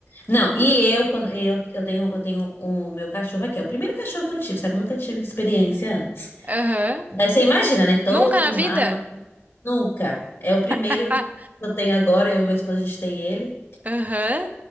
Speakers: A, on the left (about 65°); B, on the right (about 35°).
A: Não, e eu, quando eu, eu tenho, eu tenho o meu cachorro aqui. É o primeiro cachorro que eu tive, sabe? Nunca tive experiência antes.
B: aham.
A: Daí você imagina, né? Todo
B: Nunca
A: mimado.
B: na vida?
A: Nunca. É o primeiro
B: Ah,
A: que eu tenho agora. Eu e meu esposo, a gente tem ele.
B: aham,